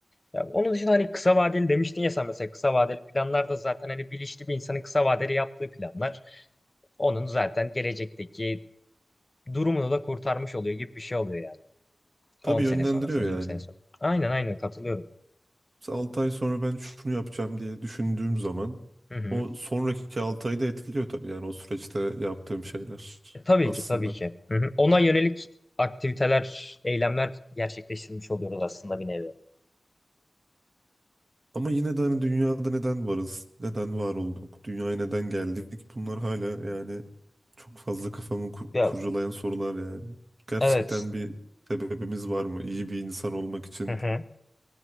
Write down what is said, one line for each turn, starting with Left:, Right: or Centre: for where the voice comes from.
Left: Ya onun dışında hani kısa vadeli demiştin ya sen mesela kısa vadeli planlar da zaten hani bilinçli bir insanın kısa vadeli yaptığı planlar. Onun zaten gelecekteki durumunu da kurtarmış oluyor gibi bir şey oluyor yani.
Right: Tabii
Left: 10 sene
Right: yönlendiriyor
Left: sonrasını, 20
Right: yani.
Left: sene sonra. Aynen aynen katılıyorum.
Right: Mesela 6 ay sonra ben şunu yapacağım diye düşündüğüm zaman
Left: Hı hı.
Right: o sonraki 6 ayı da etkiliyor tabii yani o süreçte yaptığım şeyler
Left: E, tabii
Right: aslında.
Left: ki tabii ki. Hı hı. Ona yönelik aktiviteler, eylemler gerçekleştirmiş oluyoruz aslında bir nevi.
Right: Ama yine de hani dünyada neden varız? Neden var olduk? Dünyaya neden geldik? Bunlar hala yani çok fazla kafamı kur-
Left: Ya
Right: kurcalayan sorular yani. Gerçekten
Left: evet.
Right: bir sebebimiz var mı? İyi bir insan olmak için
Left: Hı hı.